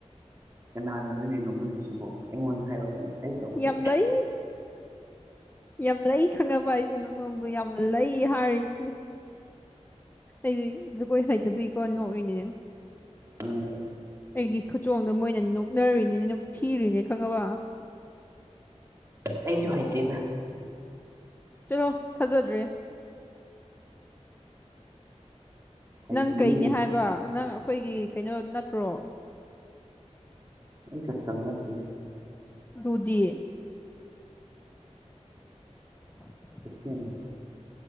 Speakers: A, on the right; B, on the left.
A: ꯀꯅꯥꯅ ꯅꯣꯛ ꯅꯔꯤꯕ ꯑꯩꯉꯣꯟꯗ ꯍꯥꯏꯔꯛꯑꯣ ꯑꯩ ꯇꯧꯒꯦ
B: ꯌꯥꯝ ꯂꯩ ꯌꯥꯝ ꯂꯩ ꯈꯪꯅꯕ ꯑꯩꯕꯨ ꯅꯣꯛꯅꯕ ꯌꯥꯝ ꯂꯩ ꯍꯥꯏꯔꯤꯁꯤꯅꯦ ꯑꯩꯗꯤ ꯖꯒꯣꯏ ꯍꯩꯇꯕꯒꯤꯀꯣ ꯅꯣꯛꯔꯤꯅꯦ
A: ꯑꯝ
B: ꯑꯩꯒꯤ ꯈꯨꯆꯣꯡꯗꯣ ꯃꯣꯏꯅ ꯅꯣꯛꯅꯔꯨꯔꯤꯅꯤꯅꯦ ꯅꯣꯛꯊꯤꯔꯤꯅꯦ ꯈꯪꯉꯕ
A: ꯑꯩꯁꯨ ꯍꯩꯇꯦꯗ
B: ꯆꯂꯣ ꯊꯥꯖꯗ꯭ꯔꯦ
A: ꯍꯩꯇꯤꯌꯦ
B: ꯅꯪ ꯀꯩꯅꯦ ꯍꯥꯏꯕ ꯅꯪ ꯑꯩꯈꯣꯏꯒꯤ ꯀꯩꯅꯣ ꯅꯠꯇ꯭ꯔꯣ
A: ꯑꯩ ꯀꯁꯇꯝ ꯅꯠꯇꯦ
B: ꯑꯗꯨꯗꯤ <inaudible>
A: ꯑꯝ